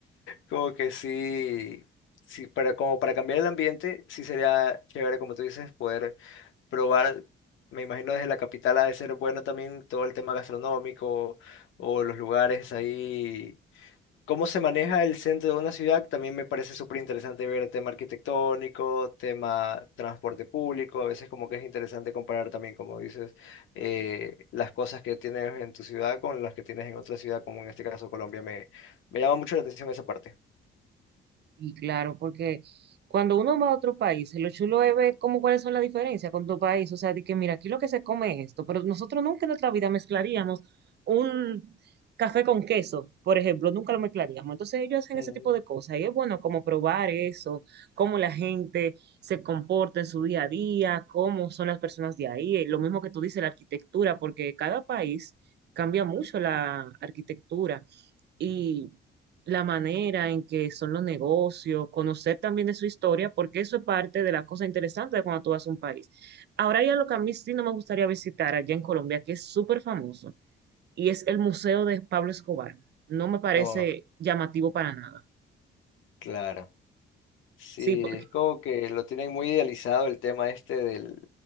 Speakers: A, on the left (about 80°); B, on the right (about 60°).
A: como que sí, sí, para, como para cambiar el ambiente, sí sería chévere, como tú dices, poder probar. Me imagino desde la capital ha de ser bueno también todo el tema gastronómico o los lugares ahí cómo se maneja el centro de una ciudad, también me parece súper interesante ver el tema arquitectónico, tema transporte público, a veces como que es interesante comparar también, como dices, eh, las cosas que tienes en tu ciudad con las que tienes en otra ciudad, como en este caso Colombia, me, me llama mucho la atención esa parte.
B: Y claro, porque cuando uno va a otro país, lo chulo es ver cómo cuáles son las diferencias con tu país. O sea, de que mira, aquí lo que se come es esto, pero nosotros nunca en nuestra vida mezclaríamos un café con queso, por ejemplo, nunca lo mezclaríamos. Entonces ellos hacen
A: Mm,
B: ese tipo de cosas y es bueno como probar eso, cómo la gente se comporta en su día a día, cómo son las personas de ahí. Eh, Lo mismo que tú dices, la arquitectura, porque cada país cambia mucho la arquitectura. Y la manera en que son los negocios, conocer también de su historia, porque eso es parte de las cosas interesantes de cuando tú vas a un país. Ahora ya lo que a mí sí no me gustaría visitar allá en Colombia, que es súper famoso, y es el Museo de Pablo Escobar. No me parece
A: No,
B: llamativo para nada.
A: claro. Sí,
B: Sí, porque
A: es como que lo tienen muy idealizado el tema este del,